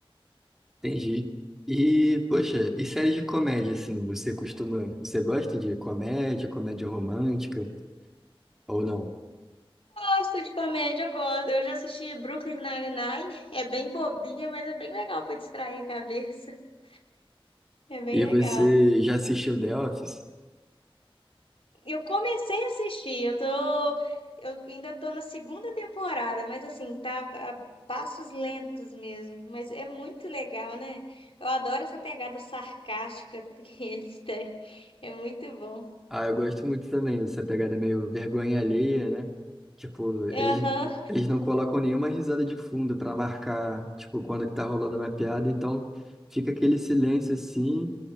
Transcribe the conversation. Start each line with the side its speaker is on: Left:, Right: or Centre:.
Centre: Entendi. E, poxa, e séries de comédia, assim, você costuma, você gosta de comédia, comédia romântica ou não?
Left: Gosto de comédia, eu gosto. Eu já assisti Brooklyn Nine-Nine. É bem bobinha, mas é bem legal para distrair a cabeça. <laughs> É bem
Centre: E
Left: legal.
Centre: você já assistiu The Office?
Left: Eu comecei a assistir, eu tô, eu ainda tô na segunda temporada, mas assim, tá a passos lentos mesmo, mas é muito legal, né? Eu adoro essa pegada sarcástica <laughs> que eles têm. É muito bom.
Centre: Ah, eu gosto muito também dessa pegada meio vergonha alheia, né? Tipo, eles,
Left: Aham,
Centre: eles não colocam nenhuma risada de fundo pra marcar, tipo, quando que tá rolando uma piada, então fica aquele silêncio assim,